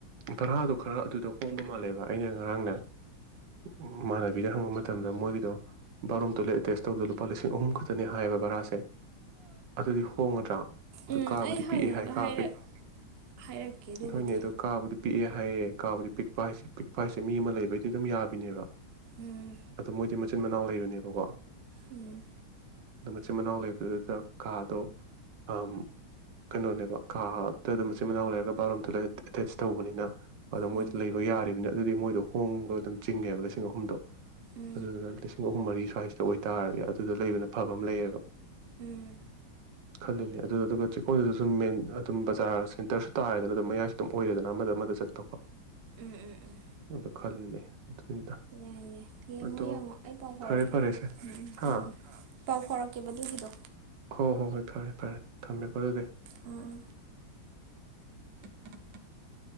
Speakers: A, on the right (about 65°); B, on the right (about 45°).
A: ꯚꯔꯥꯗꯣ ꯈꯔ ꯑꯗꯨꯗ ꯍꯣꯡꯕ ꯃꯥꯜꯂꯦꯕ ꯑꯩꯅ ꯉꯔꯥꯡꯅꯦ ꯎꯝ ꯏꯃꯥꯟꯅꯕꯤꯗ ꯍꯪꯕꯃꯠ ꯃꯇꯝꯗ ꯃꯣꯏꯒꯤꯗꯣ ꯕꯥꯔꯣꯝ ꯇꯣꯏꯂꯦꯠ ꯑꯦꯇꯦꯁ ꯇꯧꯕꯗ ꯂꯨꯄꯥ ꯂꯤꯁꯤꯡ ꯑꯍꯨꯝ ꯈꯛꯇꯅꯦ ꯍꯥꯏꯌꯦꯕ ꯚꯔꯥꯁꯦ ꯑꯗꯨꯗꯤ ꯍꯣꯡꯉꯗ꯭ꯔꯥ ꯑꯗꯨ
B: ꯎꯝ
A: ꯀꯥꯕꯨꯗꯤ
B: ꯑꯩ ꯍꯪꯉꯒ
A: ꯄꯤꯛꯑꯦ ꯍꯥꯏ ꯀꯥ
B: ꯍꯥꯏꯔꯛ
A: ꯄꯤꯛ
B: ꯍꯥꯏꯔꯛꯀꯦ ꯑꯗꯨꯕꯨꯗꯤ
A: ꯅꯣꯏꯅꯦ ꯑꯗꯨ ꯄꯤꯛꯑꯦ ꯍꯥꯏꯌꯦ ꯀꯥꯕꯨꯗꯤ ꯄꯤꯛꯄ ꯍꯥꯏꯁꯦ ꯄꯤꯛꯄ ꯍꯥꯏꯁꯦ ꯃꯤ ꯑꯃ ꯂꯩꯕꯩꯗꯤ ꯑꯗꯨꯝ ꯌꯥꯕꯤꯅꯦꯕ
B: ꯎꯝ
A: ꯑꯗꯨꯃꯥꯏ <inaudible> ꯆꯤꯟ ꯃꯅꯥꯎ ꯂꯩꯕꯅꯦꯕꯀꯣ
B: ꯎꯝ
A: ꯑꯗꯣ ꯃꯆꯤꯟ ꯃꯅꯥꯎ ꯂꯩꯕꯗꯨꯗ ꯀꯥꯗꯣ ꯑꯝ ꯀꯩꯅꯣꯅꯦꯕ ꯀꯥꯗꯨꯗ ꯃꯆꯤꯟ ꯃꯅꯥꯎ ꯂꯩꯔꯒ ꯕꯥꯔꯣꯝ ꯇꯣꯏꯂꯦꯠ ꯑꯦꯇꯦꯆ ꯇꯧꯕꯅꯤꯅ ꯑꯗꯣ ꯃꯣꯏꯗꯤ
B: ꯎꯝ
A: ꯂꯩꯕ ꯌꯥꯔꯤꯕꯅꯤꯅ ꯑꯗꯨꯗꯤ ꯃꯣꯏꯗꯣ ꯍꯣꯡꯕ ꯑꯗꯨꯝ ꯆꯤꯡꯉꯦꯕ ꯂꯤꯁꯤꯡ ꯑꯍꯨꯝꯗꯣ
B: ꯎꯝ
A: ꯑꯗꯨꯗꯨꯅ ꯂꯤꯁꯤꯡ ꯑꯍꯨꯝ ꯃꯔꯤ ꯁ ꯀꯥꯏꯁꯤꯇ ꯑꯣꯏꯇꯥꯔꯗꯤ ꯑꯗꯨꯗ ꯂꯩꯕꯅ ꯐꯕ ꯑꯃ ꯂꯩꯌꯦꯕ
B: ꯎꯝ
A: ꯈꯜꯂꯨꯅꯦ ꯑꯗꯨꯗ ꯑꯗꯨꯒ ꯆꯦꯛꯀꯣꯟꯗꯨꯗ ꯁꯨꯝ ꯃꯦꯟ ꯑꯗꯨꯝ ꯕꯖꯥꯔ ꯁꯦꯟꯇꯔꯁꯨ ꯇꯥꯔꯦꯗꯅ ꯑꯗꯨꯝ ꯑꯣꯏꯔꯦꯗꯅ ꯑꯃꯗ ꯑꯃꯗ ꯆꯠꯄꯀꯣ
B: ꯎꯝ ꯎꯝ ꯎꯝ ꯎꯝ
A: ꯑꯗꯨꯗꯣ ꯈꯜꯂꯨꯅꯦ ꯑꯗꯨꯅꯤꯗ
B: ꯌꯥꯏ ꯌꯥꯏ ꯌꯦꯡꯉꯣ
A: ꯑꯗꯣ
B: ꯌꯦꯡꯉꯣ ꯑꯩ ꯄꯥꯎ ꯐꯥꯎꯔꯛꯀꯦ
A: ꯐꯔꯦ ꯐꯔꯦ ꯁꯦ
B: ꯎꯝ ꯎꯝ
A: ꯍꯥꯥ
B: ꯎꯝ ꯄꯥꯎ ꯐꯥꯎꯔꯛꯀꯦꯕ ꯑꯗꯨꯒꯤꯗꯣ
A: ꯍꯣꯏ ꯍꯣꯏ ꯍꯣꯏ ꯐꯔꯦ ꯐꯔꯦ ꯊꯝꯃꯦꯀꯣ ꯑꯗꯨꯗꯤ
B: ꯎꯝ ꯎꯝ
A: <unintelligible>